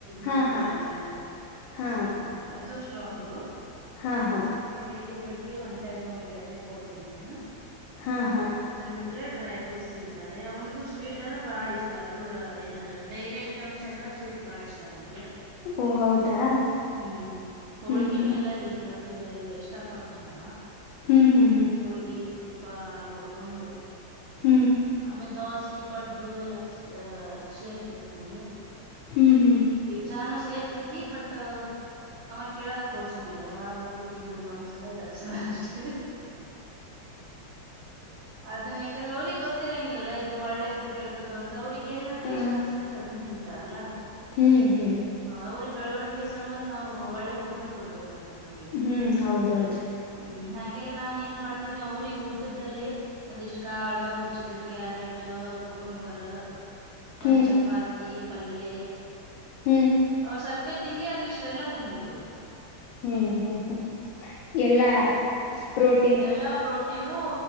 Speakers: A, on the right (about 85°); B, on the left (about 75°).
A: ಮಾಡ್ತಾರಲ್ಲ
B: ಹಾ ಹಾ
A: ಬೆಲ್ಲ ಹಾಕಿ
B: ಹಾ
A: ಹ ಅದು ಸ್ಟ್ರಾಂಗ
B: ಹಾ ಹಾ
A: ಡೈಲಿ ಬೆಳಿಗ್ಗೆ ಒನ್ ಟೈಮ್ ಅವ್ರಿಗೆ ಅದನೇ ಕೊಡ್ತೇನೆ ನಾನು
B: ಹಾ ಹಾ
A: ಅದನ್ ಬಿಟ್ರೆ ಡ್ರೈ ಫ್ರೂಟ್ಸ್ ತಿಂತಾರೆ ಅವನಿಗೂ ಸ್ವೀಟ್ ಅಂದ್ರೆ ಬಹಳ ಇಷ್ಟ ಅದು ಏನದ ಡೈರಿ ಐಟಮ್ಸ್ ಎಲ್ಲಾ ಸ್ವೀಟ್ ಬಾಳ ಇಷ್ಟ ಅವ್ನಿಗೆ
B: ಓ ಹೌದಾ
A: ಹ್ಮ್ ಹೋಳ್ಗಿನೂ
B: ಹ್ಮ್ ಹ್ಮ್
A: ಎಲ್ಲ ಬತ್ತ ಇಷ್ಟ ಪಡ್ತಾನವ
B: ಹ್ಮ್ ಹ್ಮ್ ಹ್ಮ್
A: ಹೋಳ್ಗಿ ತುಪ್ಪ ಹಾಲು ಹಾಕ್ಕೊಂಡು
B: ಹ್ಮ್
A: ಆಮೇ ದೋಸೆ ಪಡ್ಡು ಎಲ್ಲ ಅಹ ಸೇರ್ತೆತ್ತು ಅವನಿಗೆ
B: ಹ್ಮ್ ಹ್ಮ್
A: ಪಿಜ್ಜಾನು ಸೇರ್ತೈತಿ ಬಟ್ ಅವಾಗ ಕೇಳದಾಗ ಕೊಡ್ಸೋದಿಲ್ಲ ಯಾವಾಗಾದ್ರು ತಿಂಗ್ಳಿಗೆಗ್ ಒಂದ್ಸಲ ಎರಡ್ ಸಲ ಅಷ್ಟೇ ಅದನ್ನ ಯಾಕಂದ್ರೆ ಅವ್ರಿಗೆ ಗೊತ್ತಿರಂಗಿಲ್ಲಲ್ಲ ಇದು ಒಳ್ಳೇದು ಕೆಟ್ಟದದು ಅಂತ ಅವ್ರಿಗೆ ಏನ
B: ಹಾ
A: ಟೇಸ್ಟ್ ಅನಿಸಸ್ತೈತ್ ಅದನ್ನ ತಿಂತಾರಲ್ಲಾ
B: ಹ್ಮ್ ಹ್ಮ್
A: ಅವ್ರ ಬೆಳವಣಿಗೆ ಸಂಬಂದ ನಾವು ಒಳ್ಳೆ ಫುಡ್ ಕೊಡ್ಬೇಕಾಗ್ತಿತ್ತು ಅವ್ರಿಗೆ
B: ಹ್ಮ್ ಹೌದೌದು
A: ಹ್ಮ್ ಹಂಗಂಗ ನಾನ್ ಏನ್ ಮಾಡ್ತೇನೆ ಅವ್ರಗ್ ಊಟ್ದದಲ್ಲಿ ಒಂದಿಷ್ಟ್ ಕಾಳು ಒಂದಿಷ್ಟು ಕ್ಯಾರೆಟ್ ಕೊಕೊಂಬರ್
B: ಹ್ಮ್
A: ಒಂದು್ ಚಪಾತಿ ಪಲ್ಲೆ
B: ಹ್ಮ್
A: ಅವ್ರ ಸ್ವಲ್ಪೇ ತಿನ್ಲಿ ಆದ್ರೆ ಇಷ್ಟೆಲ್ಲ ತಿನ್ಬೇಕ ಅವ್ರರು
B: ಹ್ಮ್ ಹ್ಮ್ ಹ್ಮ್ ಎಲ್ಲಾ ಪ್ರೋಟ್
A: ಎಲ್ಲಾ ಪ್ರೋಟೀನು